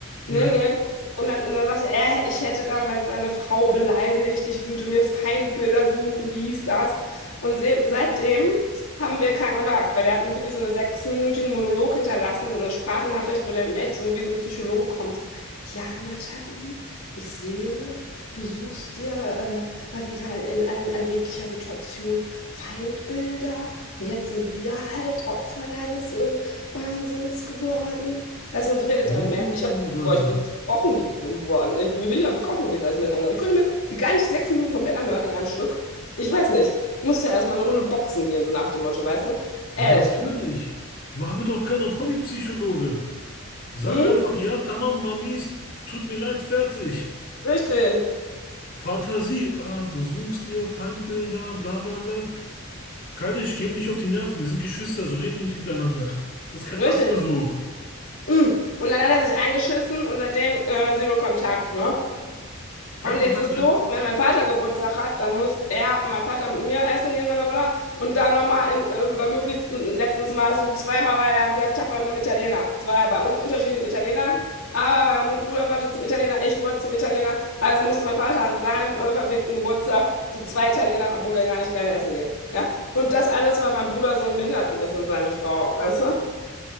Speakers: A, on the left; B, on the left.
A: Nee,
B: Ja.
A: nee. Und dann, und dann sagte er, ich hätte damit seine Frau beleidigt, ich würde mir Feindbilder suchen, dies, das. Und se seitdem haben wir keinen Kontakt, weil der hat mir wirklich so einen sechsminütigen Monolog hinterlassen, eine Sprachnachricht, wo der mir echt so wie so ein Psychologe kommt. So, ja, Nathalie, ich sehe, du suchst dir äh, mal wieder in, in, in jeglicher Situation Feindbilder und jetzt sind wir halt Opfer deines äh, Wahnsinns geworden. Weißt du, und so redet
B: Bruder,
A: er mit mir. Ich hab, boah, ich bin zu Kochen ge- geworden. Ich bin bin ja am Kochen gewesen, als ich mir das angehört. Ich konnte mir die gar nicht sechs Minuten komplett anhören in einem Stück. Ich weiß nicht. Ich musste ja erstmal eine Runde boxen gehen, so nach dem Motto, weißt du?
B: natürlich.
A: Ehrlich.
B: Mach mir doch keinen auf Hobbypsychologe. Sag
A: Hm?
B: einfach, ja, tamam, war mies, tut mir leid, fertig.
A: Richtig.
B: Fantasie, ah, du suchst dir Feindbilder, bla bla bla. Kardeş, geh mir nicht auf die Nerven, wir sind Geschwister, so reden wir nicht miteinander. Das ist kein
A: Richtig.
B: Arztbesuch.
A: Mm. Und dann hat er sich eingeschissen und seitdem äh, Zero Kontakt, ne?
B: Kein
A: Und
B: Kontakt
A: jetzt ist
B: mehr.
A: so, wenn mein Vater Geburtstag hat, dann muss er, mein Vater mit mir essen gehen, meiner Mutter, und dann nochmal in, äh, weil möglichst, letztens war es so zweimal, weil er am selben Tag bei einem Italiener, es war ja bei un unterschiedlichen Italienern, aber bei meinem Bruder wollte zum Italiener, ich wollte zum Italiener, also musste mein Vater an seinem äh, verfickten Geburtstag zu zwei Italienern, obwohl er gar nicht gerne essen geht, ja? Und das alles, weil mein Bruder so ein Behinderten ist und seine Frau, weißt du?